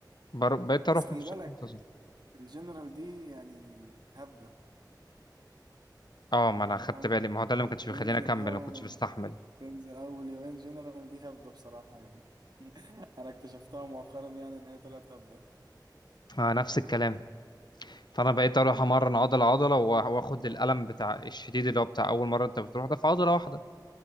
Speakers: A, on the left (about 70°); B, on the right (about 65°).
A: بر- بقيت
B: بس
A: أروح
B: خلي
A: بشكل
B: بالك
A: منتظم
B: الجنرال دي يعني هبدة
A: اه ما انا
B: إن
A: خدت
B: هو
A: بالي ما هو ده اللي ما كانش بيخليني
B: تنزل
A: اكمل
B: أول
A: ما كنتش بستحمل
B: تنزل أول يومين جنرال دي هبدة بصراحة يعني <laughs> أنا اكتشفتها مؤخرا يعني إن هي طلعت هبدة
A: آه نفس الكلام فانا بقيت اروح امرن عضله عضله وآ- واخد الالم بتاع الشديد اللي هو بتاع اول مره انت بتروح ده في عضله واحده